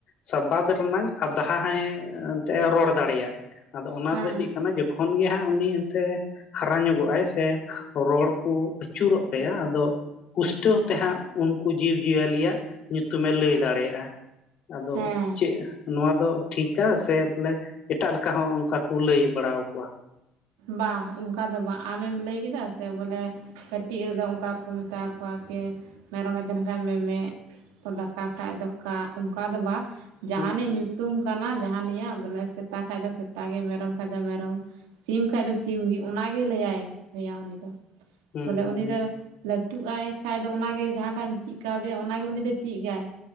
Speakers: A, on the left; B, on the right.
A: ᱥᱟᱵᱟᱫ ᱨᱮᱱᱟᱝ ᱟᱫᱷᱟ ᱦᱚᱸ ᱭ ᱮᱱᱛᱜ ᱮ ᱨᱚᱲ ᱫᱟᱲᱮᱭᱟᱜ ᱟᱫᱚ ᱚᱱᱟᱫᱚ
B: ᱦᱮᱸ
A: ᱪᱮᱜ ᱠᱟᱱᱟ ᱡᱚᱠᱷᱚᱱ ᱜᱮ ᱦᱟᱸᱜ ᱩᱱᱤ ᱮᱱᱛᱮ ᱦᱟᱨᱟ ᱧᱚᱜᱚᱜ-ᱟᱭ ᱥᱮ ᱨᱚᱲ ᱠᱚ ᱟᱹᱪᱩᱨᱚᱜ ᱛᱟᱭᱟ ᱟᱫᱚ ᱯᱩᱥᱴᱟᱹᱣ ᱛᱮ ᱦᱟᱸᱜ ᱩᱱᱠᱩ ᱡᱤᱵᱽ-ᱡᱤᱭᱟᱹᱞᱤ ᱭᱟᱜ ᱧᱩᱛᱩᱢᱮ ᱞᱟᱹᱭ ᱫᱟᱲᱮᱭᱟᱜᱼᱟ ᱟᱫᱚ
B: ᱦᱮᱸ
A: ᱪᱮᱜ ᱱᱚᱣᱟ ᱫᱚ ᱴᱷᱤᱠ-ᱟ ᱥᱮ ᱵᱚᱞᱮ ᱮᱴᱟᱜ ᱞᱮᱠᱟ ᱦᱚᱸ ᱚᱝᱠᱟ ᱠᱩ ᱞᱟᱹᱭ ᱵᱟᱲᱟᱣ ᱠᱚᱣᱟ
B: ᱵᱟ ᱚᱝᱠᱟ ᱫᱚ ᱵᱟᱝ, ᱟᱢ ᱮᱢ ᱞᱟᱹᱭᱠᱮᱫᱟ ᱥᱮ ᱵᱚᱞᱮ ᱠᱟᱹᱴᱤᱡ ᱨᱮᱫᱚ ᱚᱠᱟ ᱠᱩ ᱢᱮᱛᱟᱣ ᱠᱚᱣᱟ ᱠᱤ ᱢᱮᱨᱚᱢᱮ ᱛᱟᱦᱮᱱ ᱠᱷᱟᱡ ᱢᱮ-ᱢᱮᱜ ᱫᱟᱠᱟ ᱠᱷᱟᱡ ᱫᱚ ᱠᱟᱜ ᱚᱝᱠᱟ ᱫᱚ ᱵᱟᱝ ᱡᱟᱦᱟᱱᱤᱡ
A: ᱦᱩᱸ
B: ᱧᱩᱛᱩᱢ ᱠᱟᱱᱟ ᱡᱟᱦᱟᱱᱤᱡ-ᱟᱜ ᱵᱚᱞᱮ ᱥᱮᱛᱟ ᱠᱷᱟᱡ ᱫᱚ ᱥᱮᱛᱟ ᱜᱮ ᱢᱮᱨᱚᱢ ᱠᱷᱟᱡ ᱫᱚ ᱢᱮᱨᱚᱢ ᱥᱤᱢ ᱠᱷᱟᱡ ᱫᱚ ᱥᱤᱢ ᱜᱤ ᱚᱱᱟᱜᱮ ᱞᱟᱹᱭᱟᱭᱟ ᱩᱱᱤ ᱫᱚ
A: ᱦᱩᱸ
B: ᱵᱚᱞᱮ
A: ᱦᱩᱸ
B: ᱩᱱᱤ
A: ᱦᱩᱸ
B: ᱫᱚ ᱞᱟᱹᱴᱩᱜ ᱟᱭ ᱠᱷᱟᱡ ᱫᱚ ᱚᱱᱟᱜᱮ ᱡᱟᱦᱟᱸᱴᱟᱜ ᱮᱢ ᱪᱮᱫ ᱠᱟᱣᱫᱮᱭᱟ ᱚᱱᱟᱜᱮ ᱩᱱᱤ ᱫᱚ ᱪᱮᱜ ᱜᱟᱭ